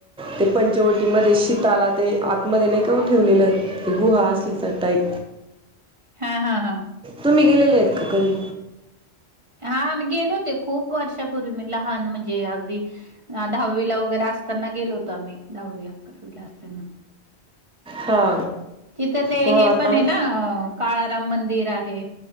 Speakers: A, in the centre; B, on the right.
A: ते पंचवटीमध्ये शीताला ते आतमध्ये नाही का ओ ठेवलेलं. ते गुहा असलीच टाईप.
B: हा हा हा.
A: तुम्ही गेलेले आहेत का कधी?
B: हा मी गेले होते खूप वर्षापूर्वी मी लहान म्हणजे अगदी दहावीला वगैरे असताना गेलो होतो आम्ही. दहावी, अकरावीला असताना
A: हा.
B: तिथं ते
A: हा
B: हे
A: आता
B: पण
A: आम-
B: आहे ना, काळाराम मंदिर आहे.